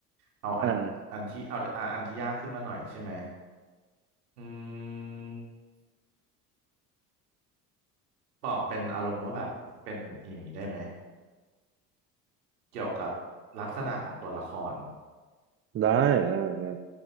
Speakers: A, on the right; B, on the right.
A: เอาอันอันที่เอาอันอันที่ยากขึ้นมาหน่อยใช่ไหม
B: อ่า
A: อืมบอกเป็นอารมณ์ว่าแบบเป็นอย่างนี้ได้ไหมเกี่ยวกับลักษณะของตัวละคร
B: ได้ได้ได้